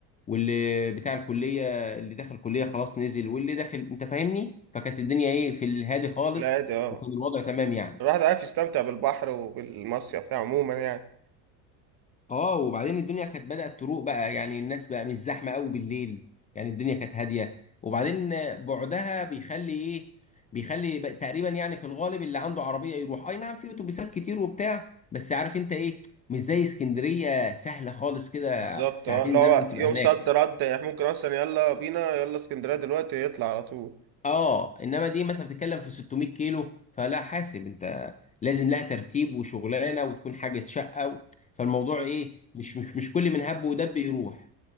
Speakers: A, on the left (about 20°); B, on the right (about 50°).
A: واللي بتاع الكليه اللي دخل كليه خلاص نزل واللي داخل انت فاهمني فكانت الدنيا ايه في الهادي خالص
B: العادي اه
A: وكان الوضع تمام يعني
B: الواحد عارف يستمتع بالبحر وبالمصيف يعني عموما يعني
A: اه وبعدين الدنيا كانت بدأت تروق بقى يعني الناس بقى مش زحمة قوي بالليل يعني الدنيا كانت هادية وبعدين بعدها بيخلي ايه بيخلي بقى تقريبا يعني في الغالب اللي عنده عربية يروح اي نعم في اتوبيسات كتير وبتاع بس عارف انت ايه مش زي اسكندرية سهلة خالص كده
B: بالظبط
A: ساعتين
B: اه اللي هو
A: زمن بتبقى
B: يوم
A: هناك
B: صد رد يعني ممكن اصلا يلا بينا يلا اسكندريه دلوقتي يطلع على طول
A: اه انما دي مثلا بتتكلم في 600 كيلو فلا حاسب انت لازم لها ترتيب وشغلانة وتكون حاجز شقة و... فالموضوع
B: بالظبط.
A: ايه مش مش مش كل من هب ودب يروح